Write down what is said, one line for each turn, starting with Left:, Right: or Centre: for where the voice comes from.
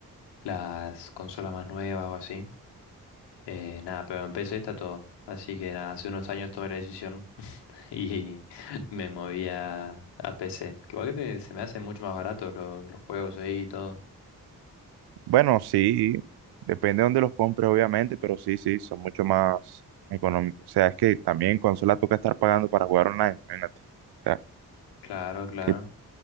Left: las consolas más nuevas o así. Eh, nada, pero en P C está todo. Así que nada, hace unos años tomé la decisión <laughs> y me moví a, a PC. Que igual que te- se me hacen mucho más baratos los, los juegos ahí y todo.
Right: Bueno, sí, depende de dónde los compres, obviamente, pero sí, sí, son mucho más económicos. O sea, es que también en consola toca estar pagando para jugar online, imagínate. O sea,
Left: Claro, claro.
Right: ¿qué,